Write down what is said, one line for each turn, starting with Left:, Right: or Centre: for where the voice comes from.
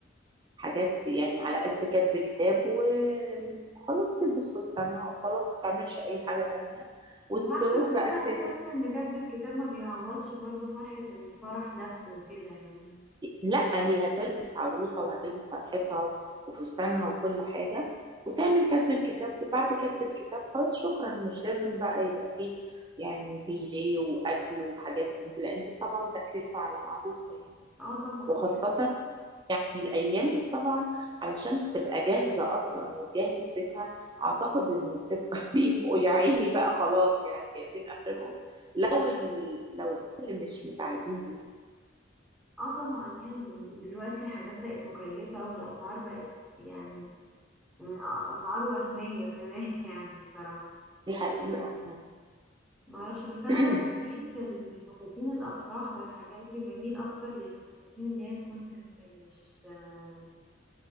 Right: الحاجات يعني على قد كاتب كتاب وخلاص تلبس فستانها وخلاص ما تعملش أي حاجة تانية وتروح
Centre: مش عارفة بس
Right: بقى
Centre: أنا
Right: تسافر
Centre: بحس إن كتب الكتاب ما بيعوضش برضو فرحة الفرح نفسه وكده يعني
Right: لا هي هتلبس عروسة وهتلبس طرحتها وفستانها وكل حاجة وتعمل
Centre: مم.
Right: كتب الكتاب وبعد كتب الكتاب خلاص شكرا مش لازم بقى يبقى فيه يعني دي جي وأكل وحاجات من دي لأن دي طبعا تكلفة على العروسة يعني
Centre: اه طبعا
Right: وخاصة
Centre: يعني
Right: الأيام دي طبعا علشان تبقى جاهزة أصلا وتجهز بيتها أعتقد إن بتبقى <laughs> بيبقوا يا عيني بقى خلاص يعني شايفين آخرهم لو
Centre: ده-
Right: ال... لو الأهل مش مساعدين يعني
Centre: اه طبعا يعني دلوقتي الحاجات بقت مكلفة والأسعار بقت يعني من أ- أسعار وهمية كمان <laughs> يعني بصراحة
Right: دي حقيقة فعلا
Centre: معرفش بس أنا
Right: <coughs>
Centre: بقى
Right: <clears throat>
Centre: بميل في ال- في فساتين الأفراح والحاجات دي بميل أكتر للفساتين اللي هي تكون سيمبل مش آه،